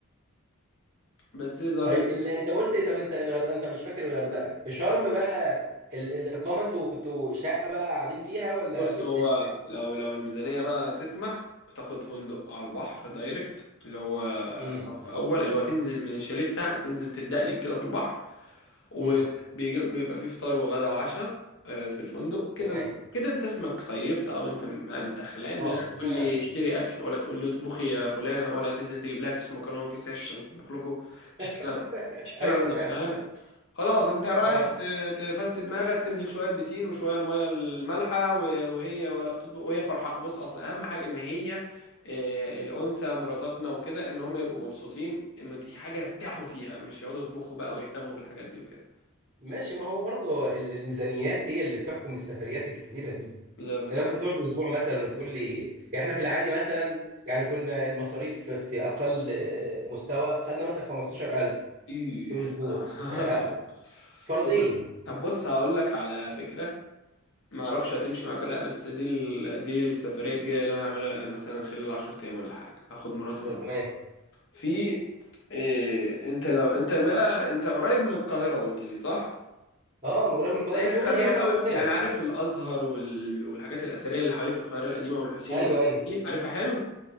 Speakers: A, on the left (about 60°); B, on the right (about 35°).
A: بس ظريف
B: طيب اللي <laughs> انت قلت ايه؟ طب انت الغردقه انت مش فاكر الغردقه في شرم بقى ال... الاقامه انتوا كنتوا شقه بقى قاعدين فيها ولا
A: بص
B: بت
A: هو
B: ال...
A: لو لو الميزانية بقى تسمح بتاخد فندق على البحر دايركت اللي هو
B: امم
A: صف اول اللي هو تنزل من الشاليه بتاعك تنزل تدقلك كده في البحر وبيبقى
B: امم
A: فيه فطار وغدا وعشاء آه، في الفندق كده
B: تمام
A: انت كده انت اسمك صيفت او انت منتخ لان
B: اه
A: لا تقول
B: انما
A: لي اشتري اكل ولا تقول لي اطبخي يا فلانه ولا تنزل تجيب لها كيس مكرونه وكيس عيش عشان تطبخ لكم مش
B: <laughs>
A: كلام مش الكلام
B: ايوه
A: ده
B: فعلا
A: فاهم خلاص انت رايح
B: اه
A: ت- تفسد دماغك تنزل شويه البسين وشويه الميه المالحه و- وهي ولا بتطبخ وهي فرحانه بص اصل اهم حاجه ان هي آه، الانثى مراتاتنا وكده ان هم يبقوا مبسوطين انه دي حاجه ارتاحوا فيها مش يقعدوا يطبخوا بقى ويهتموا بالحاجات دي وكده
B: ماشي ما هو برضه ال- الميزانيات هي اللي بتحكم السفريات الكبيره دي
A: لا بتحفة
B: انما انت تقعد اسبوع مثلا وتقول لي يعني احنا في العادي مثلا يعني كنا المصاريف في اقل مستوى خدنا مثلا 15000
A: ايه
B: في اسبوع
A: <laughs>
B: آه، فردين
A: طب بص- طب بص هقول لك على فكرة ما اعرفش هتمشي معاك ولا لا بس دي ال... دي السفرية الجاية اللي انا هعملها مثلا خلال 10 ايام ولا حاجة هاخد مراتي
B: تمام
A: واروح في إيه... انت لو انت بقى انت قريب من القاهرة قلت لي صح؟
B: اه من قريب من القاهره
A: تلاقيك
B: اليوبيه
A: خبير
B: يعتبر
A: قوي
B: القاهره
A: يعني عارف الازهر وال... والحاجات الاثرية اللي حواليه في القاهرة القديمة والحسين
B: ايوه
A: والحتت
B: ايوه
A: دي عارفها حلو؟